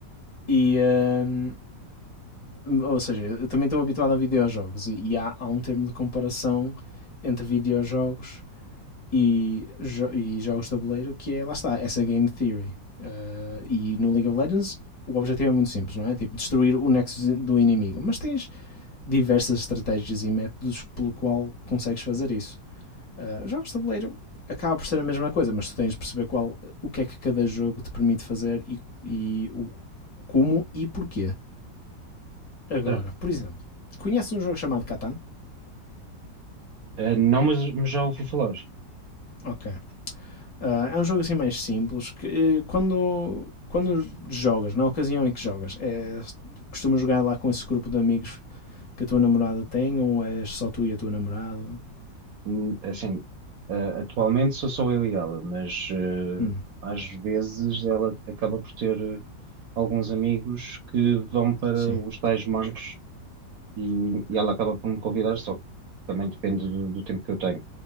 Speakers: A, on the left (about 55°); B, on the right (about 60°).
A: e, ahm, ou seja, eu também estou habituado a videojogos e, e há, há um termo de comparação entre videojogos e, jo- e jogos de tabuleiro que é, lá está, essa game theory. Ah, e no League of Legends o objetivo é muito simples, não é? Tipo, destruir o nexo do inimigo. Mas tens diversas estratégias e métodos pelo qual consegues fazer isso. Uh, jogos de tabuleiro acaba por ser a mesma coisa, mas tu tens de perceber qual, o que é que cada jogo te permite fazer e, e o, como e porquê. Agora,
B: Certo.
A: por exemplo, conheces um jogo chamado Catan?
B: Eh, não, mas, mas já ouvi falar.
A: Ok. Uh, é um jogo assim mais simples que uh, quando, quando jogas, na ocasião em que jogas, é, costumas jogar lá com esse grupo de amigos que a tua namorada tem ou és só tu e a tua namorada?
B: Hum, é Assim, ah, atualmente sou só eu e ela, mas
A: Hum,
B: ah, às vezes ela acaba por ter ah, alguns amigos que vão para
A: sim,
B: os tais mancos e, e ela acaba por me convidar, só que também depende do, do tempo que eu tenho.